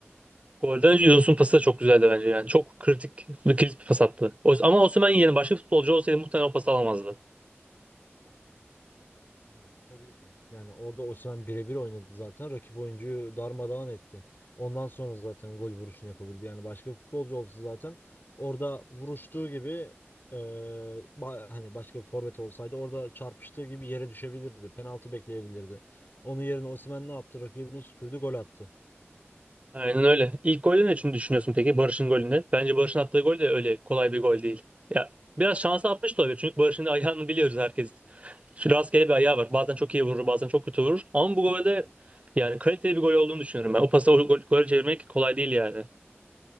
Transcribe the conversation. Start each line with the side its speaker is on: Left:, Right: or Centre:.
Right: Golde Yunus'un pası da çok güzeldi bence yani. Çok kritik bir kilit bir pas attı. O- Ama Osimhen yerine başka bir futbolcu olsaydı muhtemelen o pası alamazdı.
Left: Ya, e, tabii ki. Yani orada Osimhen birebir oynadı zaten. Rakip oyuncuyu darmadağın etti. Ondan sonra zaten gol vuruşunu yapabildi. Yani başka bir futbolcu olsa zaten orada vuruştuğu gibi e, ba- hani başka bir forvet olsaydı orada çarpıştığı gibi yere düşebilirdi. Penaltı bekleyebilirdi. Onun yerine Osimhen ne yaptı? Rakibini süpürdü, gol attı.
Right: Aynen öyle. İlk golde ne için düşünüyorsun peki Barış'ın golünde? Bence Barış'ın attığı gol de öyle kolay bir gol değil. Ya biraz şansa atmış da olabilir çünkü Barış'ın ayağını biliyoruz herkes. Şu rastgele bir ayağı var. Bazen çok iyi vurur, bazen çok kötü vurur. Ama bu golde yani kaliteli bir gol olduğunu düşünüyorum ben. O pası o gol, gole çevirmek kolay değil yani.